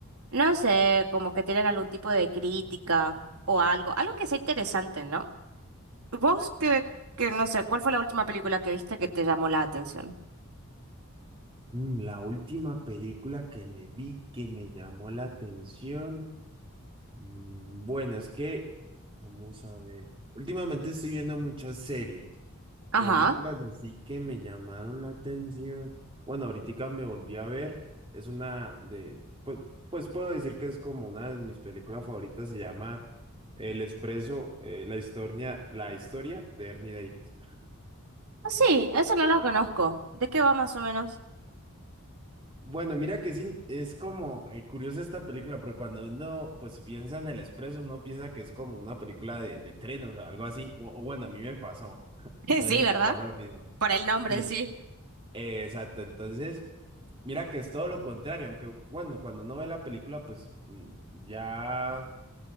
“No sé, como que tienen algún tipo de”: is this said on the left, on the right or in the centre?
Right